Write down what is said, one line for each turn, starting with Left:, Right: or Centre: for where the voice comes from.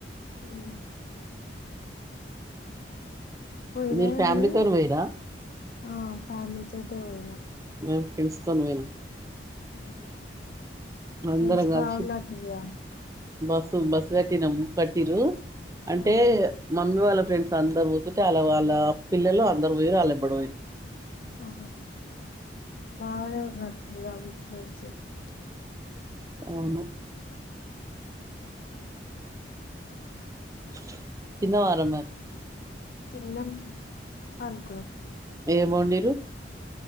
Left: మ్హ్ పోయిరా
Right: మీరు
Left: వారు
Right: ఫ్యామిలీతోని పోయిరా
Left: ఆ ఫ్యామిలీ తోటే పోయినా
Right: మేం పిలుసుకోని వెళ్
Left: ఉహూ
Right: అందరం
Left: వెజ్ బావున్నట్టుందిగా
Right: కలిసి బస్సు బస్ గటినం కట్టిర్రు అంటే
Left: ఆ
Right: మమ్మీ వాళ్ళ ఫ్రెండ్స్ అందరు పోతుంటే అలా వాళ్ళ పిల్లలు అందరు పోయిర్రు వాళ్ళెమ్మడి పోయ్నం
Left: ఆహా బాగానే <inaudible> <unintelligible>
Right: అవును ఓకే తిన్నవార మరి
Left: తిన్నం పండుకున్నం
Right: ఏం వండిరు